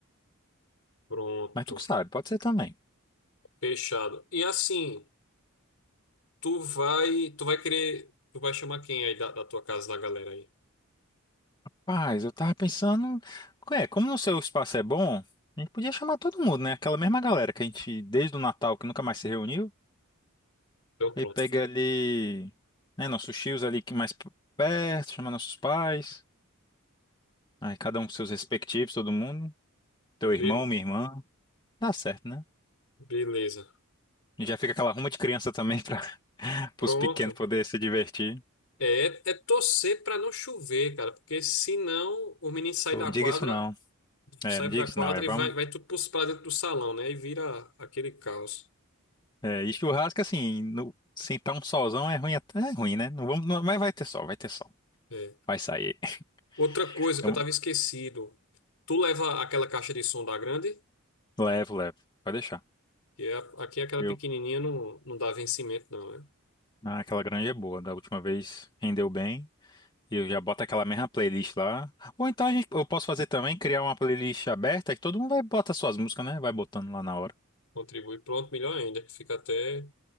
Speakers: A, on the left; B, on the left.
A: pronto,
B: Mas tu que sabe, pode ser também.
A: fechado. E assim, tu vai, tu vai querer, tu vai chamar quem aí da, da tua casa da galera aí?
B: Mas eu tava pensando, é, como no seu espaço é bom, a gente podia chamar todo mundo, né? Aquela mesma galera que a gente desde o Natal que nunca mais se reuniu.
A: Então pronto.
B: E pega ali, né, nossos tios ali que mais p- perto, chama nossos pais. Aí cada um com seus respectivos, todo mundo. Teu
A: Be-
B: irmão, minha irmã. Dá certo, né?
A: beleza.
B: E já fica aquela ruma de criança <laughs> também para
A: Pronto.
B: os <laughs> pequenos poderem se divertir.
A: É, é torcer para não chover, cara, porque senão o menino sai
B: Pô,
A: da
B: não
A: quadra,
B: diga isso não. É,
A: sai
B: não diga
A: pra quadra
B: isso não, é, vamos.
A: e vai, vai tudo pros- pra dentro do salão, né? E vira aquele caos.
B: É, e churrasco, assim, no, sentar um solzão é ruim, até, é ruim, né? Não vamos, não- mas vai ter sol, vai ter sol.
A: É.
B: Vai sair. <laughs>
A: Outra coisa
B: Então,
A: que eu tava esquecido. Tu leva aquela caixa de som da grande,
B: levo, levo. Vai deixar.
A: que é, a- aqui é aquela
B: Eu,
A: pequenininha não, não dá vencimento não, né?
B: ah, aquela granja é boa. Da última vez rendeu bem. E eu já boto aquela mesma playlist lá. Ou então a gente, eu posso fazer também, criar uma playlist aberta que todo mundo vai botar suas músicas, né? Vai botando lá na hora.
A: Contribui. Pronto, melhor ainda, que fica até...